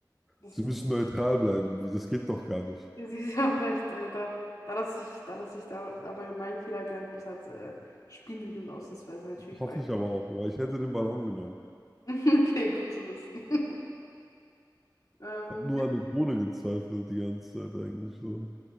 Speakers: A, on the left; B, in the centre.
A: das
B: Sie
A: ist,
B: müssen neutral bleiben. Wie, Das geht doch gar
A: <laughs>
B: nicht.
A: Sie Sie haben recht, äh, da, da das sich, da das sich da, dabei um meinen Fehler gehandelt hat, äh, spielen wir nun ausnahmsweise natürlich
B: Hoffe
A: weiter.
B: ich aber auch. Aber ich hätte den Ballon genommen.
A: <laughs> Okay, gut zu wissen. <laughs> Ähm,
B: Ich habe nur
A: die,
B: an der Drohne gezweifelt die ganze Zeit eigentlich so.